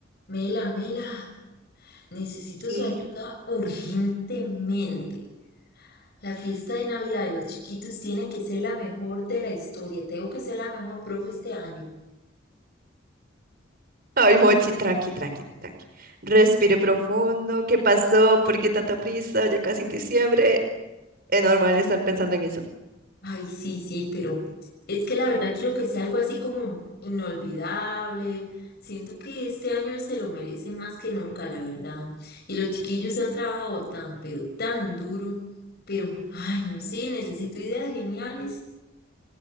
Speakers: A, on the left; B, on the right.
A: Mela, Mela, necesito
B: ¿Qué?
A: su ayuda urgentemente. La fiesta de Navidad de los chiquitos tiene que ser la mejor de la historia. Tengo que ser la mejor profe este año.
B: Ay, Mochi, tranqui, tranqui, tranqui. Respire profundo. ¿Qué pasó? ¿Por qué tanta prisa? Ya casi diciembre. Es normal estar pensando en eso.
A: Ay, sí, sí, pero es que la verdad quiero que sea algo así como inolvidable. Siento que este año se lo merecen más que nunca, la verdad. Y los chiquillos han trabajado tan, pero tan duro. Pero, ay, no sé, necesito ideas geniales.